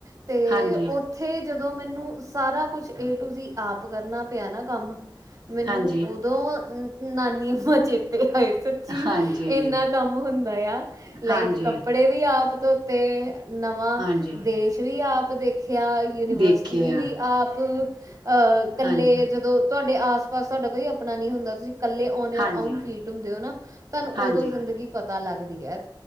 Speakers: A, on the right; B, on the right.
A: ਅਤੇ
B: ਹਾਂਜੀ
A: ਉਹ ਉੱਥੇ ਜਦੋਂ ਮੈਨੂੰ ਸਾਰਾ ਕੁਝ ਏ ਟੂ ਜੀ ਆਪ ਕਰਨਾ ਪਿਆ ਨਾ, ਕੰਮ ਮੈਨੂੰ
B: ਹਾਂਜੀ
A: ਉਦੋਂ ਨਾਨੀ ਮਾ ਚੇਤੇ ਤੇ ਹਾਏ, ਸੱਚੀ
B: ਹਾਂਜੀ
A: ਇੰਨਾ ਕੰਮ ਹੁੰਦਾ ਆ, ਲਾਈਕ
B: ਹਾਂਜੀ
A: ਕੱਪੜੇ ਵੀ ਆਪ ਧੋਤੇ ਨਵਾਂ
B: ਹਾਂਜੀ
A: ਦੇਸ਼ ਵੀ ਆਪ ਦੇਖਿਆ। ਯੂਨੀਵਰਸਿਟੀ
B: ਦੇਖਿਆ
A: ਵੀ ਆਪ ਆ ਕੱਲੇ
B: ਹਾਂਜੀ
A: ਜਦੋਂ ਤੁਹਾਡੇ ਆਸ-ਪਾਸ ਸਾਡਾ ਕੋਈ ਆਪਣਾ ਨਹੀਂ ਹੁੰਦਾ, ਤਾਂ ਤੁਸੀਂ ਇਕੱਲੇ ਆਉਂਦੇ ਉ
B: ਹਾਂਜੀ
A: 'ਤੇ ਆਓ ਫੀਟ ਹੁੰਦੇ ਹੋ ਨਾ, ਤਾਂ ਤੁਹਾਨੂੰ
B: ਹਾਂਜੀ
A: ਉਦੋਂ ਜ਼ਿੰਦਗੀ ਪਤਾ ਲੱਗਦੀ ਹੈ